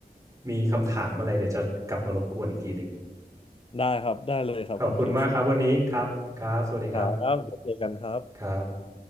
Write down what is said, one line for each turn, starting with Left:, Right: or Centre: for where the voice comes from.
Right: มีคำถามอะไรเดี๋ยวจะกลับมารบกวนอีกทีหนึ่ง
Left: ได้ครับได้เลยครับคุณคริส
Right: ขอบคุณมากครับวันนี้ครับครับสวัสดีครับ
Left: ครับเดี๋ยวเจอกันครับ
Right: ครับ